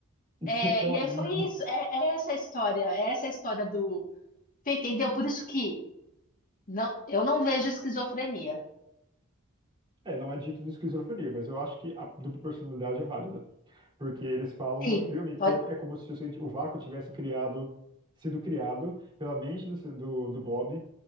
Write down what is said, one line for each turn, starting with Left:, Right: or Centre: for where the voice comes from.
Right: Isso
Left: É,
Right: é tão
Left: e
Right: anime.
Left: aí foi isso. É, é essa a história. É essa a história do. Você entendeu? Por isso que não, eu não vejo esquizofrenia.
Right: É, não é dito de esquizofrenia, mas eu acho que a dupla personalidade é válida. Porque eles falam
Left: Sim,
Right: no filme que
Left: pode.
Right: é, é como se o, cienti- o vácuo tivesse criado, sido criado pela mente do, ci- do, do Bob